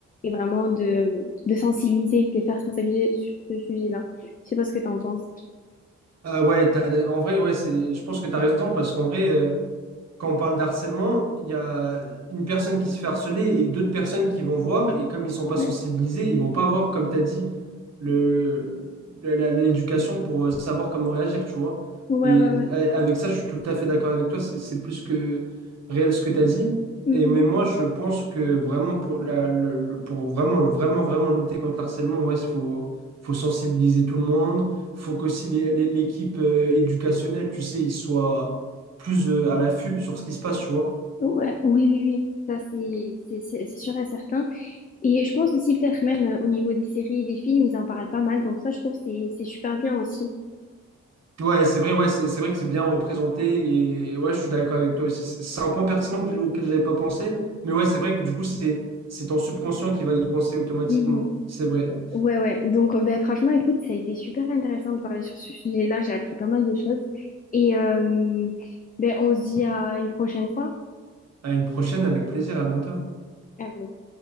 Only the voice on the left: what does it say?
Et vraiment de, de sensibiliser, de les faire sensibiliser sur ce sujet-là. Je sais pas ce que tu en penses.
Ouais,
ouais,
ouais, ouais.
Mhm.
Ouais, oui, oui, oui. Ça, c'est c'est- c'est- c'est sûr et certain. Et je pense aussi peut-être même euh, au niveau des séries et des films, ils en parlent pas mal. Donc ça, je trouve que c'est c'est super bien aussi.
Mhm.
Ouais, ouais. Donc euh, ben, franchement, écoute, ça a été super intéressant de parler sur ce sujet-là. J'ai appris pas mal de choses. Et euh, ben, on se dit à une prochaine fois.
À